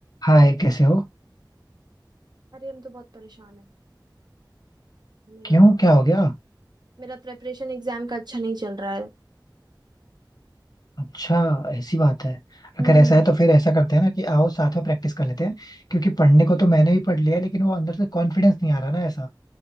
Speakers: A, on the left; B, on the right.
A: हाय कैसे हो
B: अरे हम तो बहुत परेशान है मेरा
A: क्यों क्या हो गया
B: मेरा प्रेपरेशन एग्जाम का अच्छा नहीं चल रहा है
A: अच्छा ऐसी बात है अगर
B: हम्म
A: ऐसा है तो फिर ऐसा करते हैं ना कि आओ साथ में प्रैक्टिस कर लेते हैं क्योंकि पढ़ने को तो मैंने भी पढ़ लिया है, लेकिन वो अंदर से कॉन्फिडेंस नहीं आ रहा ना ऐसा